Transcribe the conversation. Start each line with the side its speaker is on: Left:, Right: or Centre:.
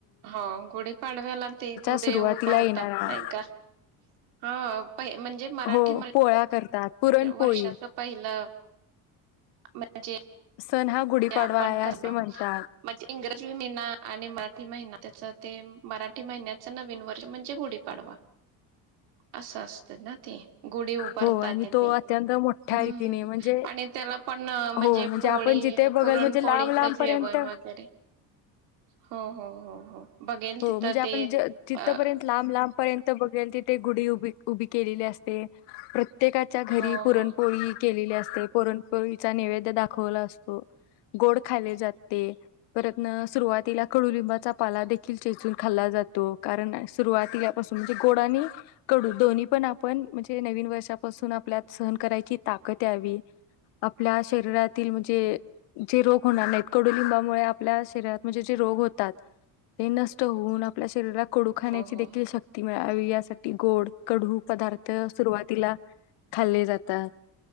Right: हो गुढीपाडव्याला ते गुढी
Left: सुरुवातीला
Right: उभारतात
Left: येणारा
Right: नाही का? हा. पहि म्हणजे मराठी
Left: हो पोळ्या करतात पुरणपोळी
Right: वर्षाच पहिल पहिलं म्हणजे
Left: सण हा गुढीपाडवा
Right: ते आपण
Left: आहे
Right: करताव
Left: असे म्हणतात
Right: म्हणजे इंग्रजी महिना आणि मराठी महिना त्याच ते मराठी महिन्याच नवीन वर्ष म्हणजे गुढीपाडवा असं असतं ना ते. गुढी उभारतात
Left: हो आणि
Right: तेथे
Left: तो अत्यंत मोठ्या
Right: हा
Left: रीतीने म्हणजे
Right: आणि त्याला पण म्हणजे
Left: हो
Right: पोळी
Left: आपण जिथे बघल
Right: पुरणपोळीच
Left: म्हणजे लांब लांबपर्यंत
Right: जेवण वगैरे, हो हो हो हो. बघेल
Left: हो
Right: तिथं
Left: म्हणजे आपण
Right: ते
Left: ज जिथंपर्यंत
Right: अ
Left: लांब लांबपर्यंत बघेल तिथे गुढी उ उभी केलेली असते. प्र त्येकाच्या घरी
Right: हो
Left: पुरणपोळी
Right: हो
Left: केलेली असते. पोरणपोळीचा नैवेद दाखवला असतो. गोड खाले जाते. परत सुरुवातीला कडुलिंबाचा पाला दे खील चेचून खाल्ला जातो. कारण सुरुवातीलापासून म्हणजे गोड आणि कडू दोन्ही पण आपण म्हणजे नवीन वर्षापासून आपल्यात सहन करायची ताकद यावी, आपल्या शरीरातील म्हणजे जे रोग होणार नाहीत. कडू लिंबामुळे आपल्या शरीरात म्हणजे जे रोग होतात ते नष्ट होऊन आपल्या शरीरात कोडू खाण्याची
Right: हो हो
Left: देखील शक्ती मिळावी. या साठी गोड कडू पदार्थ सुरुवातीला खाल्ले जातात.